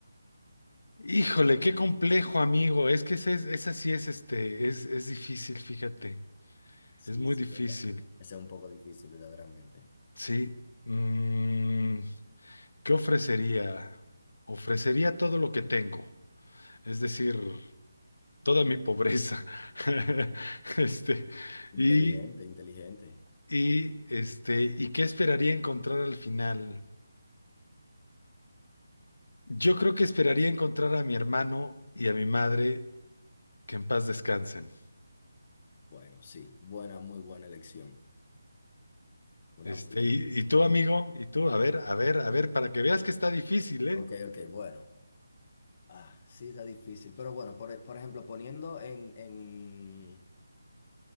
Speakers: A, on the left; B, on the left.
A: Híjole, qué complejo, amigo. Es que ese, es- esa sí es este, es, es difícil, fíjate.
B: Sí,
A: Es muy
B: sí,
A: difícil.
B: esa, esa es un poco difícil, verdaderamente.
A: Sí. Mm, ¿qué ofrecería? Ofrecería todo lo que tengo. Es decir, toda mi pobreza. <laughs> Este,
B: Inteligente,
A: y,
B: inteligente.
A: y este, ¿y qué esperaría encontrar al final? Yo creo que esperaría encontrar a mi hermano y a mi madre Que en paz descansen.
B: Bueno, sí, buena, muy buena elección. Una
A: Este,
B: muy buena
A: y,
B: elección.
A: y tú, amigo, y tú, a ver, a ver, a ver, para que veas que está difícil, ¿eh?
B: Ok, ok, bueno. Ah, sí, está difícil. Pero bueno, por, e- por ejemplo, poniendo en, en,